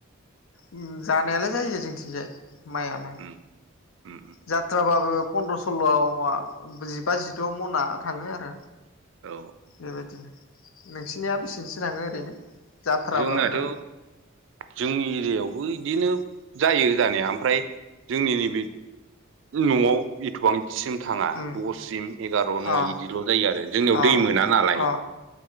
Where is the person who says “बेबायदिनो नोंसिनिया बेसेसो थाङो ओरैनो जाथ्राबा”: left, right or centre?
Left